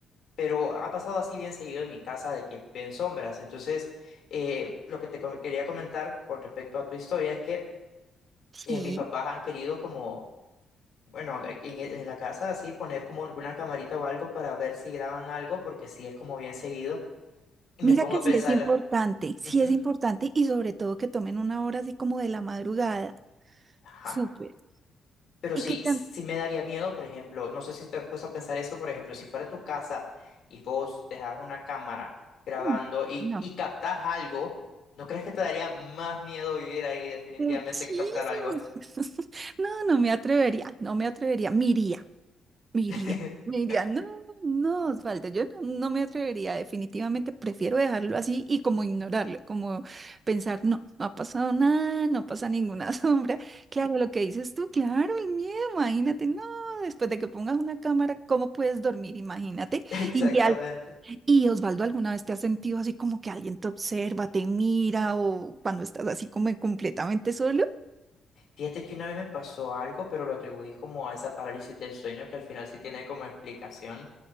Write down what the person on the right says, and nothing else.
Sí.
Mira
que
sí
es importante, sí
es importante y sobre todo que tomen una hora así como de la madrugada.
Súper.
Y
que también,
mm,
no,
muchísimo.
<laughs> No, no me atrevería, no me atrevería. Miría, Me iría,
me iría, no, no, Osvaldo, yo no, no me atrevería, definitivamente prefiero dejarlo así y como ignorarlo, como pensar, no, no ha pasado nada, no pasa ninguna <laughs> sombra. Claro, lo que dices tú, claro, el miedo, imagínate, no, después de que pongas una cámara, ¿cómo puedes dormir? Imagínate.
Y, al- y Osvaldo, ¿alguna vez te has sentido así como que alguien te observa, te mira o cuando estás así como completamente solo?